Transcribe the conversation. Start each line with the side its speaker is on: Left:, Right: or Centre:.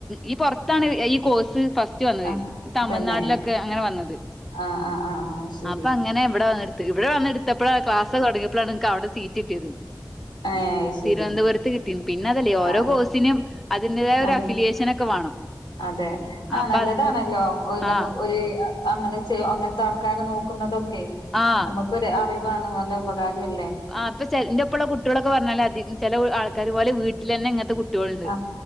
Centre: ഈ പുറത്താണ് ഈ കോഴ്സ് ഫസ്റ്റ് വന്നത്
Left: ആഹ്
Centre: തമിഴ്നാട്ടിലൊക്കെ
Left: തന്നെ
Centre: അങ്ങനെ വന്നത്
Left: ആഹ് ആഹ് ആഹ് ആഹ് ശരി
Centre: അപ്പൊ അങ്ങനെ ഇവിടെ വന്ന ഇവിടെ വന്ന എടുത്തപ്പോഴാണ് ക്ലാസ് തുടങ്ങിയപ്പോണ് ഇനിക്ക് അവടെ സീറ്റ് കിട്ടിയത്
Left: ഏഹ് അയ്ശരി
Centre: തിരുവനന്തപുരത്ത് കിട്ടിന്ന് പിന്നെ അതല്ലേ ഓരോ
Left: ആഹ്
Centre: കോഴ്സിനും അതിന്റതായ ഒരു
Left: അതെ
Centre: അഫിലിയേഷന ഒക്കെ വേണം
Left: അതെ ആഹ്
Centre: അപ്പൊ
Left: നല്ലതാണല്ലോ
Centre: അത്
Left: നമ്മു
Centre: ആഹ്
Left: ഒരു അങ്ങനെ ചെയ്യ അങ്ങനത്തെ ആൾക്കാരെ നോക്കുന്നതൊക്കെ
Centre: ആഹ്
Left: നമുക്ക് അറിവാണ് നല്ല ഉപകാരം അല്ലേ
Centre: ആഹ് പോ ചെ എന്റെപ്പള്ള കുട്ടിയാളൊക്കെ പറഞ്ഞാൽ അ ചില ആൾക്കാാര് ഒലെ വീട്ടിലെന്നെ ഇങ്ങനത്തെ കുട്ട ണ്ട്
Left: ആഹ്